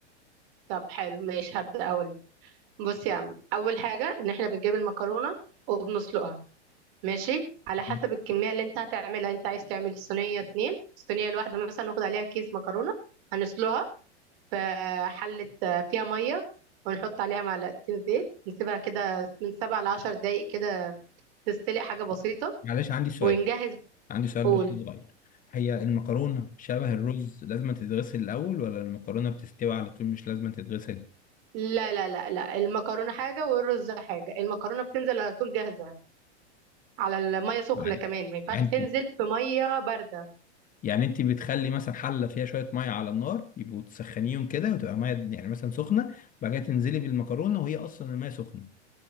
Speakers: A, on the right; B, on the left.
A: طب حلو ماشي هبدأ اقول بص يا عم اول حاجة ان احنا بنجيب المكرونة وبنسلقها ماشي على حسب
B: ماشي.
A: الكمية اللي انت هتعملها انت عايز تعمل الصينية اتنين الصينية الواحدة مثلا ناخد عليها كيس مكرونة هنسلقها في حلة آه، فيها مية ونحط عليها معلقتين زيت نسيبها كده من سبع لعشر دقايق كده تستلق حاجة بسيطة
B: معلش عندي سؤال
A: ونجهز
B: عندي سؤال
A: قول
B: بس صغير هي المكرونة شبه الرز لازم تتغسل الأول ولا المكرونة بتستوي على طول مش لازم تتغسل
A: لا لا لا لا المكرونة حاجة والرز حاجة المكرونة بتنزل على طول جاهزة على المية سخنة
B: عادي
A: كمان ما ينفعش
B: يعني انت
A: تنزل في مية باردة
B: يعني انت بتخلي مثلا حلة فيها شوية مية على النار يبقوا تسخنيهم كده وتبقى مية يعني مثلا سخنة بعد كده تنزلي بالمكرونة وهي أصلا المية سخنة